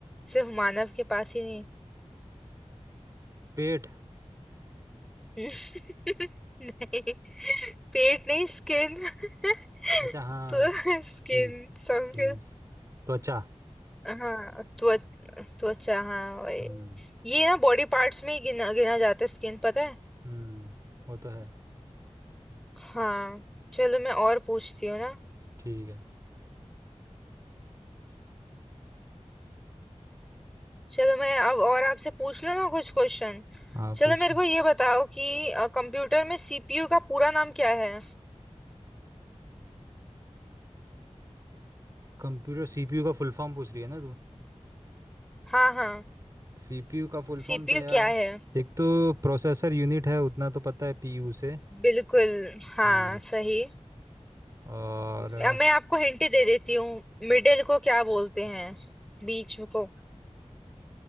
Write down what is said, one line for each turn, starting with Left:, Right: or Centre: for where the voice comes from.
Centre: सिर्फ मानव के पास ही नहीं
Right: पेट
Centre: <laughs> नहीं पेट नहीं स्किन <laughs>
Right: अच्छा हाँ
Centre: तो
Right: स्किन
Centre: स्किन सबके
Right: स्किन त्वचा
Centre: हाँ त्वच त्वचा हाँ वही
Right: हम्म
Centre: ये ना बॉडी पार्ट्स में ही गिना गिना जाता है स्किन पता है
Right: हम्म वो तो है
Centre: हाँ चलो मैं और पूछती हूँ ना
Right: ठीक है
Centre: चलो मैं अब और आपसे पूछ लूँ ना कुछ क्वेश्चन
Right: हाँ
Centre: चलो
Right: पूछ
Centre: मेरे
Right: लो
Centre: को ये बताओ कि कंप्यूटर में सीपीयू का पूरा नाम क्या है
Right: कंप्यूटर सीपीयू का फुल फॉर्म पूछ रही है ना तू
Centre: हाँ हाँ
Right: सीपीयू का फुल फॉर्म
Centre: सीपीयू
Right: था यार
Centre: क्या है
Right: एक तो प्रोसेसर यूनिट है उतना तो पता है पीयू से
Centre: बिल्कुल हाँ
Right: हाँ
Centre: सही
Right: और
Centre: अब
Right: अ,
Centre: मैं आपको हिंट दे देती हूँ मिडिल को क्या बोलते हैं बीच को